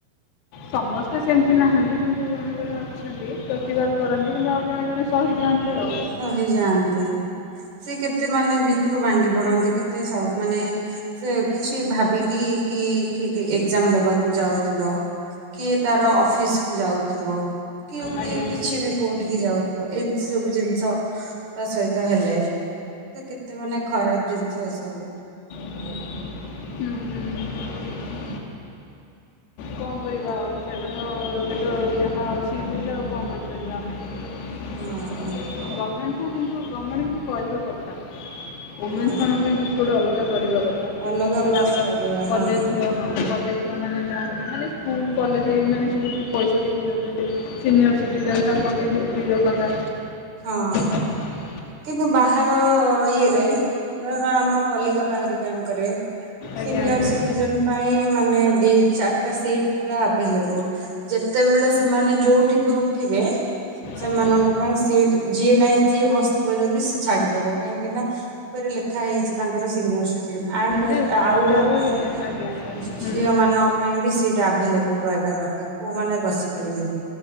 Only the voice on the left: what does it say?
ସମସ୍ତେ ସେମିତି ନାହାନ୍ତି କିନ୍ତୁ ଜଣେ ଜଣେ ଅଛନ୍ତି ପ୍ରତିବାଦ କରନ୍ତି କିନ୍ତୁ ଆଉ ଆଉ ଜଣେ ଜଣେ ସହିଯାଆନ୍ତି ଆଉ।
ଆଜ୍ଞା
ହୁଁ ହୁଁ କଣ କରିବା ଆଉ ସେଇଟା ତ ସେଇଟା ଯାହା ଅଛି ବୁହିଲେ ଆଉ କଣ କରିବା ଆଉ କଣ କରିବା ଆମେ?
ଗଭର୍ଣ୍ଣମେଣ୍ଟକୁ କିନ୍ତୁ ଗଭର୍ଣ୍ଣମେଣ୍ଟ କିନ୍ତୁ କରିବା କଥା ଓମେନ୍ସମାନଙ୍କ
ପାଇଁ କିଛି ଗୋଟେ ଅଲଗା କରିବା କଥା ଯେମିତିକି
ହେଲା
ଆମର
କଲେଜ
ଝିଅ ହଁ କଲେଜ ଝିଅମାନେ ଯାଆନ୍ତି। ମାନେ ସ୍କୁଲ କଲେଜ ଏଇ ମାନେ ସବୁ ଯଉ ପଇସା ଦେଇକି ଯାଉଛନ୍ତି। ସିନିୟର୍ ସିଟିଜେନ୍ ତାଙ୍କ ପାଇଁ ବି ଫ୍ରି ରଖନ୍ତା।
<inaudible>
ଆଜ୍ଞା
ଆଜ୍ଞା
ଆଜ୍ଞା
ନାଇଁ
ସେଟା
ବି ଆଜ୍ଞା ହୁଁ।